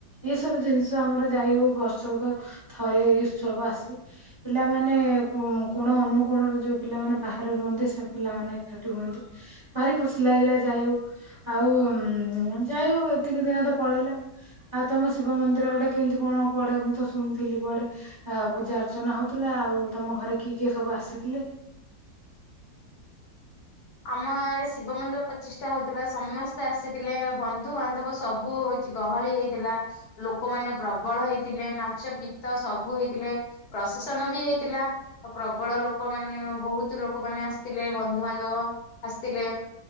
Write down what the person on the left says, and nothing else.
ଆମ ଗାଆଁରେ ଶିବ ମନ୍ଦିର ପଚିଷ୍ଟା ହଉଥିଲା, ସମସ୍ତେ ଆସିଥିଲେ ବନ୍ଧୁବାନ୍ଧବ ସବୁ କିଛି ଗହଳି ହେଇଥିଲା, ଲୋକମାନେ ପ୍ରବଳ ହେଇଥିଲେ, ନାଚ ଗୀତ ସବୁ ହେଇଥିଲେ। ପ୍ରସେସନ୍ ବି ହେଇଥିଲା। ଓ ପ୍ରବଳ ଲୋକମାନେ ବହୁତ ଲୋକମାନେ ଆସିଥିଲେ, ବନ୍ଧୁବାନ୍ଧବ ଆସିଥିଲେ।